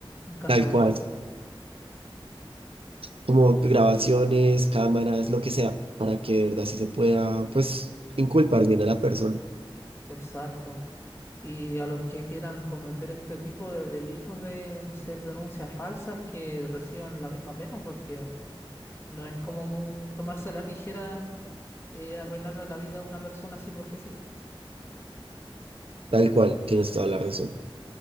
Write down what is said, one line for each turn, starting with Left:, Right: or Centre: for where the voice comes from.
Left: en caso
Right: tal cual,
Left: de haber.
Right: como grabaciones, cámaras, lo que sea, para que de verdad sí se pueda, pues, inculpar bien a la persona,
Left: Exacto. Y a los que quieran cometer este tipo de delitos de hacer denuncias falsas que reciban la misma pena, porque no es como mu- tomarse a la ligera eh, arruinarle la vida a una persona así porque sí.
Right: tal cual, tienes toda la razón.